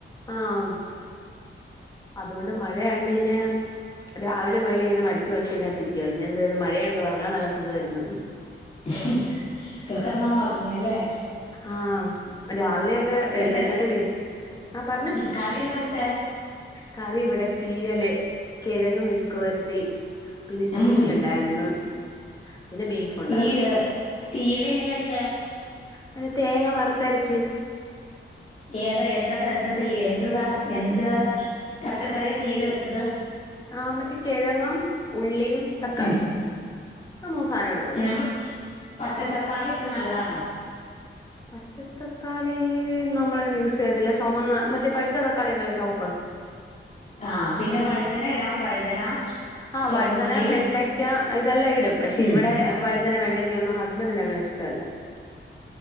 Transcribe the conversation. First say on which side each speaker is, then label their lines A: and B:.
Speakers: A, on the left; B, on the left.
A: ആഹ അതുകൊണ്ട് മഴയായോണ്ട് പിന്നെ. രാവിലെ മേലെ ഇങ്ങനെ മടിച്ചച്ച് മടിച്ച്തിനകത്തിരിക്ക പിന്നെ എന്ത മഴയുണ്ട് ഉറങ്ങാൻ നല്ല സുഖമായിരുന്നു.
B: ഹി അവിടെ കിടന്ന ങ്ങ് ഉറങ്ങിയല്ലേ?
A: ആഹ് രാവിലെയൊക്കെ എഴുന്നേറ്റിട്ട്
B: എന്തൊക്കെ
A: പിന്നെ ആ പറഞ്ഞോ?
B: കറി എന്താ വെച്ചാ?
A: കറി ഇവിടെ തീയല് കിഴങ്ങ് മെഴുക്കുവരട്ടീ. പിന്നെ ചീനി
B: ഉം
A: ഉണ്ടായിരുന്നു. പിന്നെ ബീഫ് ഉണ്ടായിരുന്നു
B: ഈയ് തീയല് എങ്ങനെ വെച്ചാ?
A: മറ്റേ തേങ്ങ വറുത്തരച്ച്.
B: ഏതാ എന്തൊ എന്ത ത്യ എന്ത് എന്ത് പച്ചക്കറിയ തീ്യൽ വെച്ചത്?
A: ആ മറ്റേ െകഴങ്ങും, ഉള്ളിയും, തക്കാളിയും
B: ഉം
A: ആ മൂന്ന് സാധനം എടുത്തുള്ളൂ.
B: <unintelligible> പച്ചത്തക്കാളി ഇട്ട നല്ലതാണോ?
A: പച്ചത്തക്കാളി നമ്മളങ്ങനെ യൂസ് ചെയ്തിട്ടില്ല. ചുമന്ന മറ്റേ പഴുത്ത തക്കാളി ഉണ്ടല്ലോ ചൊമപ്പ്.
B: ആ പിന്നെ വഴുതന ഇടാം വഴുതന.
A: ആ്
B: ചുമന്നുള്ളി
A: വഴുതന വെണ്ടയ്ക്ക ഇതെല്ലാം ഇടും പക്ഷെ
B: ഉം
A: ഇവിടെ. വഴുതന വെണ്ടയ്ക്കോന്നും ഹസ്ബൻഡറിന് അങ്ങന ഇഷ്ടല്ല.